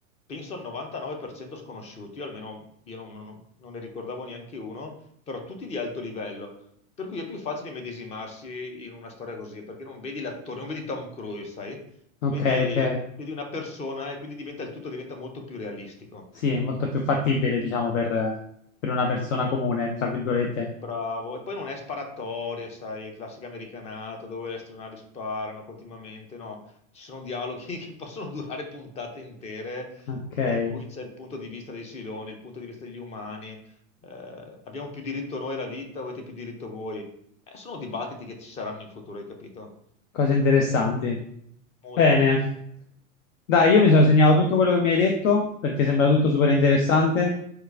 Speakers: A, on the left; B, on the left.
A: penso al 99% sconosciuti, almeno io non, non- non ne ricordavo neanche uno, però tutti di alto livello. Per cui è più facile medesimarsi in una storia così, perché non vedi l'attore, non vedi Tom Cruise, sai?
B: Ok,
A: Vedi,
B: ok,
A: vedi una persona e quindi diventa, il tutto diventa molto più realistico.
B: sì, è molto più fattibile, diciamo, per, per una persona comune, tra virgolette.
A: Bravo, e poi non è sparatorie, sai, classica americanata dove le astronavi sparano continuamente, no, ci sono dialoghi <laughs> che possono durare puntate intere
B: Ok,
A: eh, in cui c'è il punto di vista dei siloni, il punto di vista degli umani, eh, abbiamo più diritto noi alla vita, o avete più diritto voi? Eh, sono dibattiti che ci saranno in futuro, hai capito?
B: cose interessanti.
A: Molto.
B: Bene, dai, io mi sono segnato tutto quello che mi hai detto, perché sembra tutto super interessante.